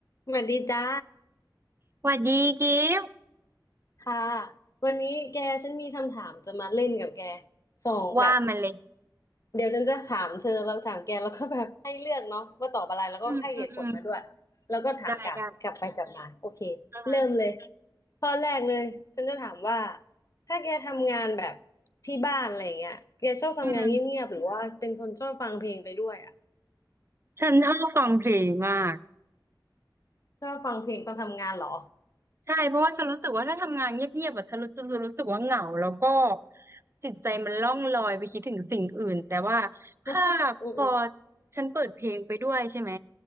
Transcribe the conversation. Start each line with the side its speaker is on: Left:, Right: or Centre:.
Left: สวัสดีจ้า
Right: สวัสดีกิฟต์
Left: ค่ะวันนี้แกฉันมีคำถามจะมาเล่นกับแกสองแบบ
Right: ว่ามาเลย
Left: เดี๋ยวฉันจะถามเธอแล้วถามแกแล้วก็แบบให้เลือกเนาะว่าตอบอะไรแล้วก็ให้เหตุผลมาด้วย
Right: อืมอืมอืม
Left: แล้วก็ถามกลับกลับไปกลับมาโอเคเริ่มเลย
Right: ได้ได้อืม
Left: ข้อแรกเลยฉันจะถามว่าถ้าแกทำงานแบบที่บ้านอะไรเงี้ยแกชอบทำงานเงียบๆหรือว่าเป็นคนชอบฟังเพลงไปด้วยอ่ะ
Right: อืมฉันชอบฟังเพลงมาก
Left: ชอบฟังเพลงตอนทำงานเหรอ
Right: ใช่เพราะว่าฉันรู้สึกว่าถ้าทำงานเงียบๆแบบฉันรู้จะรู้สึกว่าเหงาแล้วก็จิตใจมันล่องลอยไปคิดถึงสิ่งอื่นแต่ว่าถ้าพอ
Left: <laughs> อืมอืม
Right: ฉันเปิดเพลงไปด้วยใช่ไหม